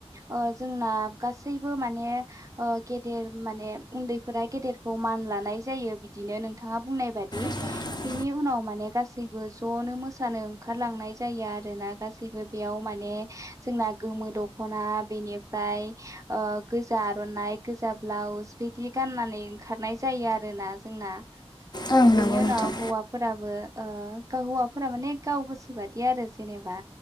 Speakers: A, on the right; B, on the left.
A: ओ जोंना गासैबो माने ओ गेदेर माने उन्दैफोरा गेदेरखौ मान लानाय जायो बिदिनो नोंथाङा बुंनाय बादि
B: <inaudible>
A: बेनि उनाव माने गासैबो ज'नो मोसानो ओंखारलांनाय जायो आरोना गासैबो बेयाव माने जोंना गोमो दख'ना बेनिफ्राय ओ गोजा आर'नाइ गोजा ब्लाउस बिदि गान्नानै ओंखारनाय जायो आरोना जोंना
B: ओं
A: बेनि
B: नंगौ
A: उनाव
B: नोंथां
A: हौवाफोराबो ओ हौवाफोरा माने गाव गोसो बायदि आरो जेनेबा